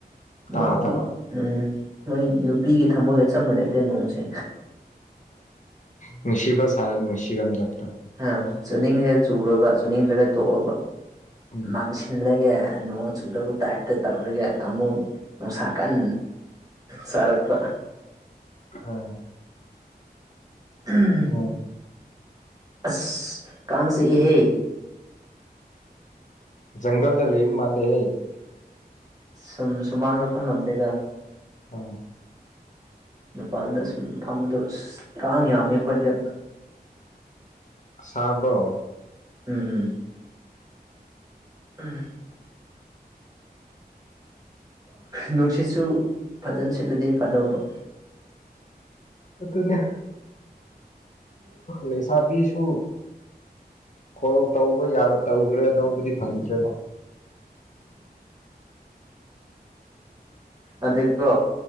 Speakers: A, on the left; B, on the right.
A: ꯇꯥꯗꯕ
B: ꯃꯣꯏ ꯎꯝ ꯃꯣꯏ ꯅꯨꯄꯤꯒꯤ ꯊꯃꯣꯏꯒ ꯆꯞ ꯃꯥꯅꯩꯗ ꯅꯣꯡꯁꯦ
A: ꯅꯨꯡꯁꯤꯕ ꯁꯥꯔ ꯅꯨꯡꯁꯤꯔꯝꯗꯕꯗꯣ
B: ꯑ ꯆꯨꯅꯤꯡꯉꯒ ꯆꯨꯔꯕ ꯆꯨꯅꯤꯡꯗ꯭ꯔꯒ ꯇꯣꯛꯑꯕ
A: ꯎꯝ
B: ꯃꯥꯡꯁꯤ ꯂꯩꯌꯦ ꯅꯣꯡ ꯆꯨꯗꯕ ꯇꯥꯏꯞꯇ ꯇꯧꯔꯒ ꯑꯃꯨꯛ ꯅꯨꯡꯁꯥ ꯀꯟ ꯆꯥꯔꯛꯄ
A: <unintelligible>
B: <unintelligible>
A: <unintelligible>
B: ꯑꯁ ꯀꯥꯡ ꯆꯤꯛꯏꯍꯦ
A: ꯖꯪꯒꯜꯗ ꯂꯩꯕ ꯃꯥꯜꯂꯦꯍꯦ
B: ꯁꯨꯝ ꯁꯨꯃꯥꯡꯗ ꯐꯝꯅꯝꯅꯦꯗ
A: ꯑꯣ
B: ꯃꯄꯥꯟꯗ ꯁꯨꯝ ꯐꯝꯗꯣ ꯑꯁ ꯀꯥꯡ ꯌꯥꯝꯃꯦ ꯑꯈꯣꯏꯗꯤ
A: ꯑꯁꯥꯕ꯭ꯔꯣ
B: ꯎꯝ ꯎꯝ <unintelligible> ꯅꯨꯡꯁꯤꯠꯁꯨ ꯐꯖꯅ ꯁꯤꯠꯂꯗꯤ ꯐꯗꯧꯕ
A: ꯑꯗꯨꯅꯦ ꯂꯩꯁꯥꯕꯤꯁꯨ ꯀꯣꯜ ꯇꯧꯕ ꯌꯥꯕ ꯇꯧꯒ꯭ꯔꯦ ꯑꯅꯧꯕꯗꯤ ꯐꯪꯗ꯭ꯔꯦꯕ
B: ꯑꯗꯨꯀꯣ